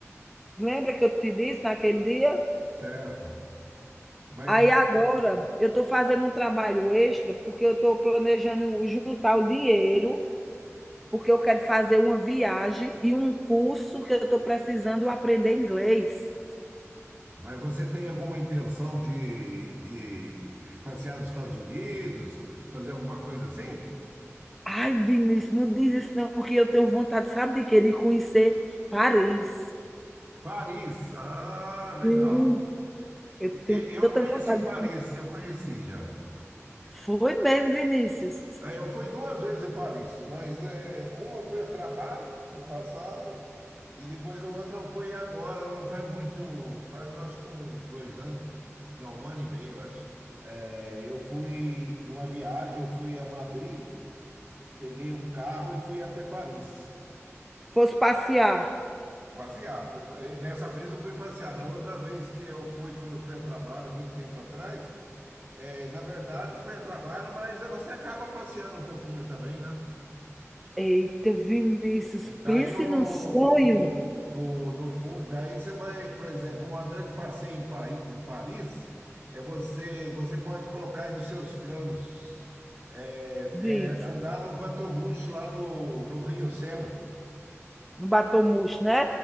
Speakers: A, in the centre; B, on the right.
A: Lembra que eu te disse naquele dia?
B: certo. Mas,
A: Aí agora eu estou fazendo um trabalho extra porque eu estou planejando juntar o dinheiro, porque eu quero fazer uma viagem e um curso que eu estou precisando aprender inglês.
B: mas você tem alguma intenção de, de passear nos Estados Unidos, fazer alguma coisa assim?
A: Ai, Vinícius, não diz isso não, que eu tenho vontade, sabe de quê? De conhecer Paris.
B: Paris, ah, legal.
A: Sim, eu
B: E-
A: tenho
B: e- Eu
A: tanta
B: conheci
A: vontade.
B: Paris, eu conheci já.
A: Foi mesmo, Vinícius.
B: Ah, Eu fui duas vezes em Paris, mas é, uma eu fui a trabalho no passado e depois a outra eu fui agora, não faz muito, faz acho que um, dois anos, não, um ano e meio, acho. É, eu fui numa viagem, eu fui a Madrid, peguei um carro e fui até Paris.
A: Fosse passear.
B: Passear, fui, eh, nessa vez eu fui passear. Na outra vez que eu fui, quando eu fui a trabalho, há muito tempo atrás, eh, na verdade eu fui a trabalho, mas você acaba passeando um pouquinho também, né?
A: Eita, Vinícius,
B: Daí
A: pense
B: no,
A: num sonho
B: no, no, no fu- daí você vai, por exemplo, uma grande passeio em, Pari- em Paris, é você você pode colocar aí nos seus planos é,
A: diz.
B: é andar no Batomuxo lá no, no Rio Sena.
A: No batomuxo, né?